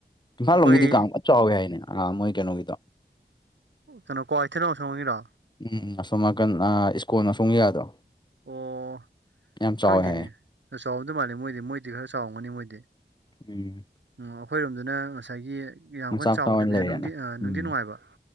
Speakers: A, on the left (about 25°); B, on the right (about 80°).
A: ꯏꯝꯐꯥꯜ
B: ꯑꯩꯈꯣꯏ
A: ꯂꯣꯝꯒꯤꯗꯤ ꯀꯥꯡ ꯐꯖꯟ ꯆꯥꯎꯋꯤ ꯍꯥꯏꯅꯦ ꯑꯥ ꯃꯣꯏꯒꯤ ꯀꯩꯅꯣꯒꯤꯗꯣ
B: ꯀꯩꯅꯣ ꯀ꯭ꯋꯥꯛꯀꯩꯊꯦꯜ ꯑꯁꯣꯝꯒꯤꯔꯣ
A: ꯎꯝ ꯑꯁꯣꯝ ꯅꯥꯀꯟ ꯑꯥ ꯏꯁꯀꯣꯟ ꯑꯁꯣꯝꯒꯤꯒꯗꯣ
B: ꯑꯣ
A: ꯌꯥꯝ ꯆꯥꯎꯋꯦ
B: ꯈꯪꯗꯦꯅꯦ
A: ꯍꯥꯏꯌꯦ
B: ꯆꯥꯎꯔꯝꯗꯧ ꯃꯥꯜꯂꯦ ꯃꯣꯏꯗꯤ ꯃꯣꯏꯗꯤ ꯈꯔ ꯆꯥꯎꯔꯝꯒꯅꯤ ꯃꯣꯏꯗꯤ
A: ꯎꯝ
B: ꯑꯥ ꯑꯈꯣꯏꯔꯣꯝꯗꯅ ꯉꯁꯥꯏꯒꯤ ꯌꯥꯝ
A: ꯃꯆꯥ
B: ꯀꯟꯅ
A: ꯃꯆꯥ
B: ꯆꯥꯎꯗꯕꯤꯗ
A: ꯑꯣꯏꯅ ꯂꯩꯔꯦꯅ
B: ꯅꯨꯡꯗꯤ ꯅꯨꯡꯗꯤ
A: ꯎꯝ
B: ꯅꯨꯡꯉꯥꯏꯕ